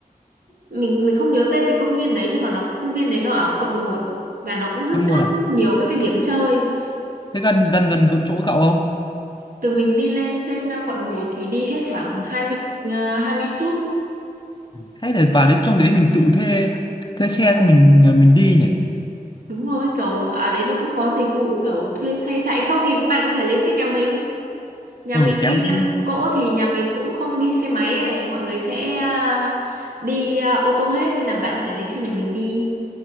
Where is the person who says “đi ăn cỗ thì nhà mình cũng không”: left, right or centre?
Right